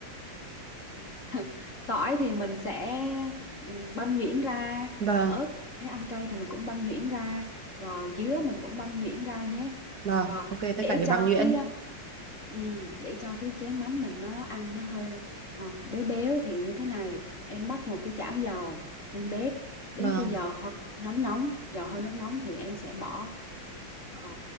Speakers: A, on the left; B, on the right.
A: <laughs> tỏi thì mình sẽ ừ, băm nhuyễn ra
B: Vâng.
A: ớt nếu ăn cay thì mình cũng băm nhuyễn ra rồi dứa mình cũng băm nhuyễn ra nhé
B: Vâng,
A: rồi
B: ok, tất
A: để
B: cả đều
A: cho
B: băm nhuyễn.
A: cái ừ, để cho cái chén mắm mình nó ăn nó hơi ờ, béo béo thì như thế này em bắt một cái chảo dầu lên bếp đến
B: Vâng,
A: khi dầu hơi nóng nóng dầu hơi nóng nóng thì em sẽ bỏ ờ,